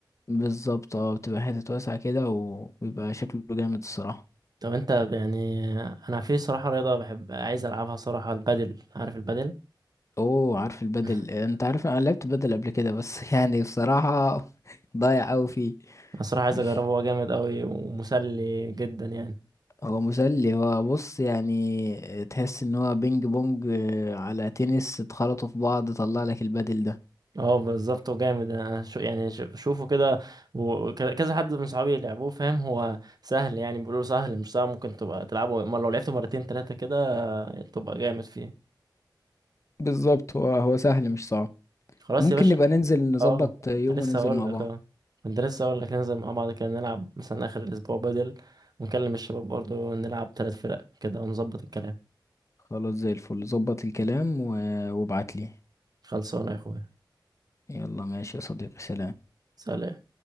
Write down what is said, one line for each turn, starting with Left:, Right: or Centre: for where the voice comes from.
Left: بالظبط اه بتبقى حتت واسعة كده وبيبقى شكله جامد الصراحة
Right: طب انت يعني انا في صراحه رياضه بحب عايز العبها صراحه البادل عارف البادل
Left: اوه عارف البدل
Right: <laughs>
Left: انت عارف انا لعبت بدل قبل كده بس <laughs> يعني بصراحة ضايع اوي فيه
Right: انا صراحه عايز
Left: إيش.
Right: اجربه هو جامد قوي ومسلي جدا يعني
Left: هو مسلي هو بص يعني تحس ان هو بينج بونج آه، على تنس اتخلطوا في بعض طلع لك البدل ده
Right: اه بالظبط وجامد انا شو يعني ش- بشوفه كده وكذا حد من صحابي لعبوه فاهم هو سهل يعني بيقولوا سهل مش صعب ممكن تبقى تلعبه اما لو لعبته مرتين تلاتة كده تبقى جامد فيه
Left: بالظبط هو هو سهل مش صعب
Right: خلاص
Left: ممكن
Right: يا باشا
Left: نبقى ننزل نظبط
Right: اه
Left: يوم
Right: كنت لسه
Left: وننزل
Right: هقول
Left: مع
Right: لك
Left: بعض
Right: اه كنت لسه هقول لك ننزل مع بعض كده نلعب مثلا اخر الاسبوع بدل ونكلم الشباب برضه نلعب ثلاث فرق كده ونظبط الكلام
Left: خلاص زي الفل ظبط الكلام و... وابعت لي
Right: خلصانة يا اخويا
Left: يلا ماشي يا صديقي سلام
Right: سلام